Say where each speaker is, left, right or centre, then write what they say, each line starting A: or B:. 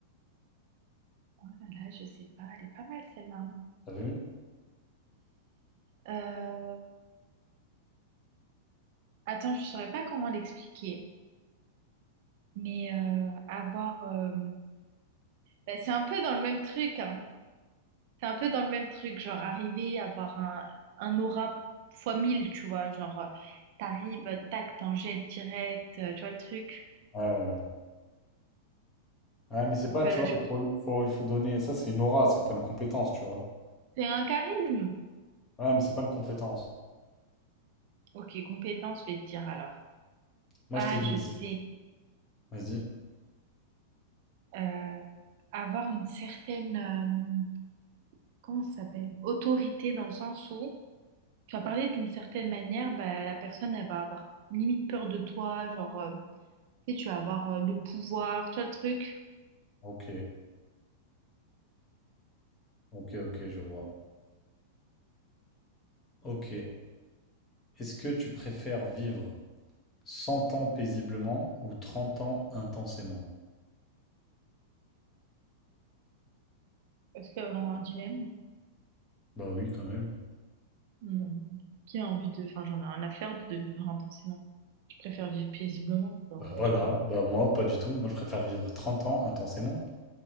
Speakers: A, on the right (about 50°); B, on the left (about 20°).
A: Oh là là, je sais pas, elle est pas mal celle-là.
B: T'as vu?
A: Euh, attends, je saurais pas comment l'expliquer, mais euh, avoir, euh, bah, c'est un peu dans le même truc, hein. C'est un peu dans le même truc, genre arriver à avoir un, un aura fois mille, tu vois, genre euh, t'arrives, tac, t'en jettes direct, euh, tu vois le truc.
B: Ouais, ouais, ouais. Ouais, mais c'est
A: Donc
B: pas,
A: euh,
B: tu vois,
A: je-
B: il faut, il faut, il faut donner. Ça, c'est une aura, c'est pas une compétence, tu vois.
A: c'est un charisme.
B: Ouais, mais c'est pas une compétence.
A: Ok, compétence, je vais te dire alors.
B: Moi,
A: Ah,
B: je t'ai dit
A: je
B: ici.
A: sais.
B: Vas-y.
A: Euh, avoir une certaine, euh, comment ça s'appelle? Autorité dans le sens où Tu vas parler d'une certaine manière, bah, la personne, elle va avoir limite peur de toi, genre, euh, tu sais, tu vas avoir euh, le pouvoir, tu vois le truc?
B: Ok, ok, ok, je vois. Ok. Est-ce que tu préfères vivre 100 ans paisiblement ou 30 ans intensément?
A: Est-ce qu'il y a vraiment un dilemme?
B: Bah oui, quand même.
A: Non. Qui a envie de... Enfin, j'en ai rien à faire de vivre intensément. Je préfère vivre paisiblement, genre,
B: Bah
A: euh,
B: voilà,
A: je sais pas.
B: bah moi, pas du tout. Moi, je préfère vivre 30 ans intensément.